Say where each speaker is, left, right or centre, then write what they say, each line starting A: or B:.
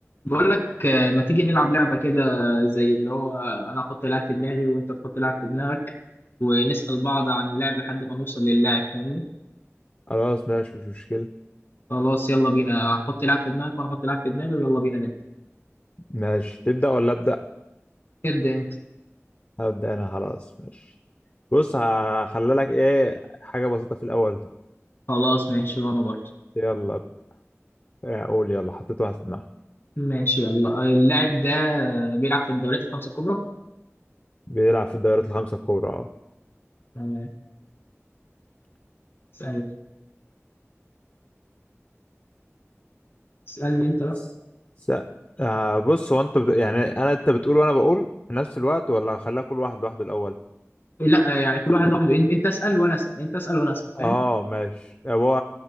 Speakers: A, on the left; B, on the left.
A: بقول لك آه، ما تيجي نلعب لعبة كده زي اللي هو أنا أحط لاعب في دماغي وأنت تحط لاعب في دماغك ونسأل بعض عن اللاعب لحد ما نوصل للاعب فاهمني؟
B: خلاص ماشي مش مشكلة
A: خلاص يلا بينا حط لاعب في دماغك وأنا أحط لاعب في دماغي ويلا بينا نبدأ
B: ماشي تبدأ ولا أبدأ؟
A: ابدأ أنت
B: هبدأ أنا خلاص ماشي بص هخلي لك إيه حاجة بسيطة في الأول كده.
A: خلاص ماشي وأنا برضه
B: يلا ب- إيه، قول يلا حطيت واحد في دماغي
A: ماشي يلا اللاعب ده بيلعب في الدوريات الخمسة الكبرى
B: بيلعب في الدوريات الخمسة الكبرى أه
A: تمام اسألني اسألني أنت بقى
B: س- آه، بص هو أنت بت... يعني أنا أنت بتقول وأنا بقول في نفس الوقت ولا هخليها كل واحد لوحده الأول؟
A: لا يعني كل واحد لوحده أنت اسأل وأنا أسأل أنت اسأل وأنا أسأل فاهم؟
B: أه ماشي هو